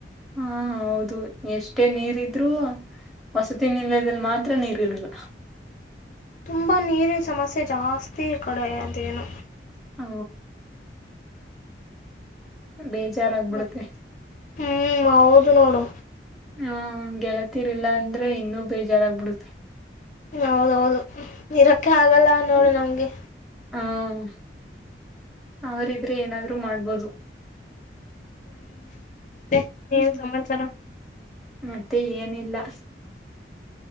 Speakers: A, in the centre; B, on the left.
A: ಹಾ ಹೌದು ಎಷ್ಟೇ ನೀರ ಇದ್ರೂ ವಸತಿ ನಿಲದಲ್ಲಿ ಮಾತ್ರ ನೀರಿರಲ್ಲ
B: ತುಂಬಾ ನೀರಿನ ಸಮಸ್ಯೆ ಜಾಸ್ತಿ ಕಡೆ ಅದೇನು
A: ಹ ಬೇಜಾರಾಗಬಿಡುತ್ತೆ.
B: ಮತ್ ಹ್ಮ್ ಹೌದು ನೋಡು.
A: ಹ್ಮ ಗೆಳತಿರ್ಲಿಲ್ಲ ಅಂದ್ರೆ ಇನ್ನುೂ ಬೇಜಾರಾಗ್ಬಿಡುತ್ತೆ.
B: ಹೌದೌದು. ಇರಕ್ಕೆೆ ಆಗಲ್ಲ ನೋಡು ನಮ್ಗೆ.
A: ಹ್ಮ ಅವ್ರ ಇದ್ರೆ ಏನಾದ್ರರು ಮಾಡ್ಬೋದು.
B: ಹ್ಮ್ ಮತ್ತೆ
A: ಹ್ಮ್
B: ಏನ್ ಸಮಾಚಾರ.
A: ಮತ್ತೆ ಏನಿಲ್ಲ.